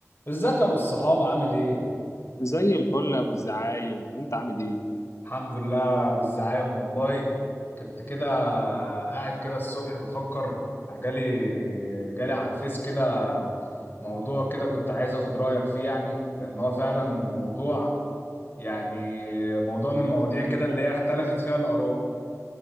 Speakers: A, on the left (about 35°); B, on the left (about 65°).
A: ازيك يا ابو الصحاب عامل ايه؟
B: زي الفل يا ابو الزعايم انت عامل ايه
A: الحمد لله ابو الزعايم والله كنت كده قاعد كده الصبح بفكر جالي جالي على الفيس كده موضوع كده كنت عايز اخد رأيك فيه يعني لان هو فعلا موضوع يعني موضوع من المواضيع كده اللي هي اختلفت فيها الآراء